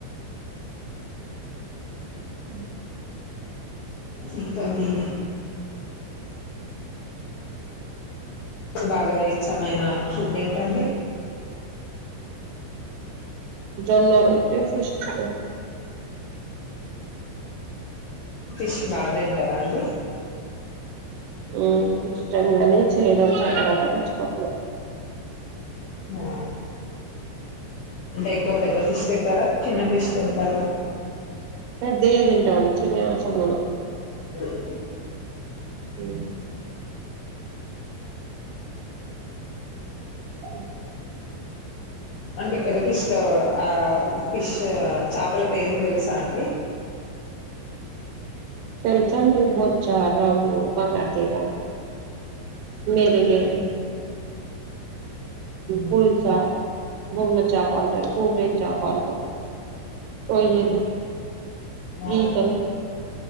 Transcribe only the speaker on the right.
ఉ
జొన్న రోట్టే ఫీష్ కర్రీ
మ్ ఇష్టంగానే చేయడం ఆ తరువాత తెచ్చుకోవటమే
పెద్దవే తింటాం అండి చిన్నవీ అవసరం లేదు
ఉ ఉ
తెలుసండి బొచ్చా రంగు బంగారు తీగ మెరుగే
కుల్సా బొమ్మ చాప అంటారు భూవెన్ చాప అంటారు రోయ్యలు
పీతలు